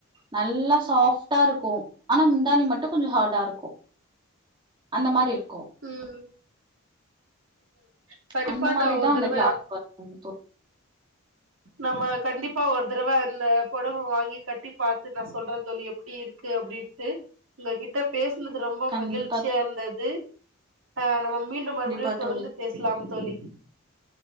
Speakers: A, on the right; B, on the right.
A: நல்லா சாஃப்டா இருக்கோ ஆனா முந்தாணி மட்டும் கொஞ்சோ ஹார்டா இருக்கோ அந்த மாரி இருக்
B: ம் <unintelligible>
A: அந்த மாரிதா
B: நா ஒரு
A: அந்த
B: தடவ
A: கிளாத் <unintelligible>
B: நம்ம கண்டிப்பா ஒரு தடவ இந்த பொடவ வாங்கி கட்டி பாத்து நா சொல்ற தோழி எப்டி இருக்கு அப்டின்ட்டு உங்ககிட்ட பேச இது ரொம்ப
A: கண்டிப்பா
B: மகிழ்ச்சியா இர்ந்தது ஆ நம மீண்டும் மறுபடியும்
A: கண்டிப்பா
B: தொடர்ந்து
A: தோழி
B: பேசலாம் தோழி